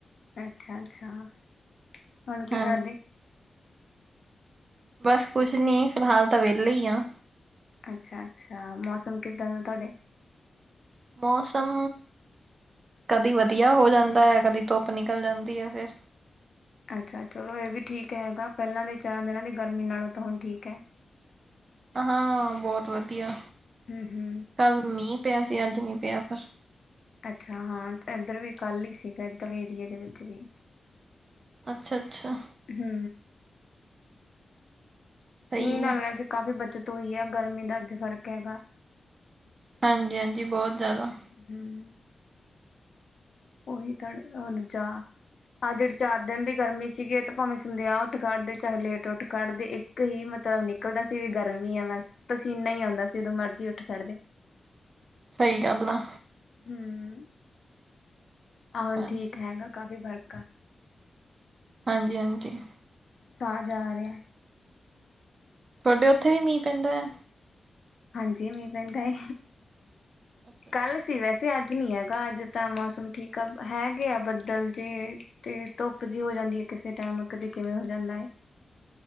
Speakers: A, on the left (about 50°); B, on the right (about 40°).
A: ਅੱਛਾ-ਅੱਛਾ, ਹੁਨ ਕੀ
B: ਹਾਂਜੀ
A: ਕਰਦੇ?
B: ਬਸ ਕੁਛ ਨੀ, ਫਿਲਹਾਲ ਤਾਂ ਵੇਲੇ ਈ ਆਂ।
A: ਅੱਛਾ-ਅੱਛਾ, ਮੌਸਮ ਕਿੱਦਾਂ ਦਾ ਤੁਹਾਡੇ?
B: ਮੌਸਮ ਕਦੀ ਵਧੀਆ ਹੋ ਜਾਂਦਾ ਐ, ਕਦੀ ਧੁੱਪ ਨਿਕਲ ਜਾਂਦੀ ਐ ਫੇਰ।
A: ਅੱਛਾ ਚਲੋ ਇਹ ਵੀ ਠੀਕ ਹੈਗਾ, ਪਹਿਲਾਂ ਦੇ ਚਾਰਾਂ ਦਿਨਾਂ ਦੀ ਗਰਮੀ ਨਾਲੋਂ ਤਾਂ ਹੁਨ ਠੀਕ ਐ।
B: ਹਾਂ ਬੋਤ ਵਧੀਆ।
A: ਹੂੰ-ਹੂੰ।
B: ਕੱਲ ਮੀਂਹ ਪਿਆ ਸੀ, ਅੱਜ ਨੀ ਪਿਆ ਪਰ।
A: ਅੱਛਾ ਹਾਂ, ਏਧਰ ਵੀ ਕੱਲ ਈ ਸੀਗਾ, ਏਧਰ ਵੀ ਏਰੀਏ ਦੇ ਵਿੱਚ ਵੀ।
B: ਅੱਛਾ-ਅੱਛਾ।
A: ਹੂੰ।
B: ਸਹੀ
A: ਮੀਂਹ ਨਾਲ
B: ਆ
A: ਵੈਸੇ ਕਾਫ਼ੀ ਬੱਚਤ ਹੋਈ ਐ, ਗਰਮੀ ਦਾ ਅੱਜ ਫ਼ਰਕ ਹੈਗਾ।
B: ਹਾਂਜੀ-ਹਾਂਜੀ, ਬੋਤ ਜਾਦਾ।
A: ਹਮ <unintelligible> ਆਹ ਜਿਹੜੀ ਚਾਰ ਦਿਨ ਦੀ ਗਰਮੀ ਸੀਗੀ ਤੇ ਭਾਵੇਂ ਸੰਧਿਆ ਉੱਠ ਕੱਢਦੇ, ਚਾਹੇ ਲੇਟ ਉੱਠ ਕੱਢਦੇ ਇੱਕ ਹੀ ਮਤਲਬ ਨਿਕਲਦਾ ਸੀ ਵੀ ਗਰਮੀ ਆ ਬਸ, ਪਸੀਨਾ ਹੀ ਆਉਂਦਾ ਸੀ ਉਦੋਂ ਮਰਜ਼ੀ ਉੱਠ ਖੜਦੇ।
B: ਸਹੀ ਗੱਲ ਆ।
A: ਹੂੰ, ਆਹ
B: ਹਾਂਜੀ
A: ਹੁਨ ਠੀਕ ਹੈਗਾ, ਕਾਫੀ ਫਰਕ ਆ।
B: ਹਾਂਜੀ-ਹਾਂਜੀ।
A: ਸਾਾਹ ਜਾ ਆ ਰੇਯਾ ਐ।
B: ਤੁਹਾਡੇ ਓਥੇ ਵੀ ਮੀਂਹ ਪੈਂਦਾ ਐ?
A: ਹਾਂਜੀ ਮੀਂਹ ਪੈਂਦਾ ਐ,
B: ਅੱਛਾ
A: ਕੱਲ
B: ਅੱਛਾ
A: ਸੀ ਵੈਸੇ ਅੱਜ ਨਹੀਂ ਹੈਗਾ, ਅੱਜ ਤਾਂ ਮੌਸਮ ਠੀਕ ਆ, ਹੈਗੇ ਆ ਬੱਦਲ ਜੇ। ਤੇ ਧੁੱਪ ਜੀ ਹੋ ਜਾਂਦੀ ਐ ਕਿਸੇ ਟਾਈਮ, ਕਦੇ ਕਿਵੇਂ ਹੋ ਜਾਂਦਾ ਐ।